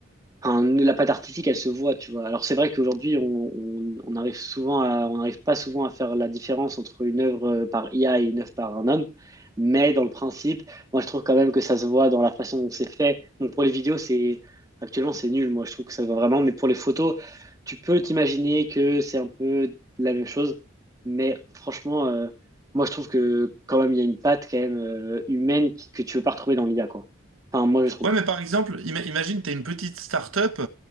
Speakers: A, on the right; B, on the right.
A: enfin, la patte artistique, elle se voit, tu vois. Alors c'est vrai qu'aujourd'hui, on, on, on arrive souvent à, on n'arrive pas souvent à faire la différence entre une œuvre euh, par IA et une œuvre par un homme. Mais dans le principe, moi je trouve quand même que ça se voit dans la façon dont c'est fait. Donc pour les vidéos, c'est actuellement c'est nul. Moi je trouve que ça va vraiment. Mais pour les photos, tu peux t'imaginer que c'est un peu la même chose. Mais franchement, euh, moi je trouve que quand même il y a une patte quand même euh, humaine qui- que tu veux pas retrouver dans l'IA quoi. Enfin moi je trouve.
B: Ouais, mais par exemple, ima- imagine, tu es une petite start-up,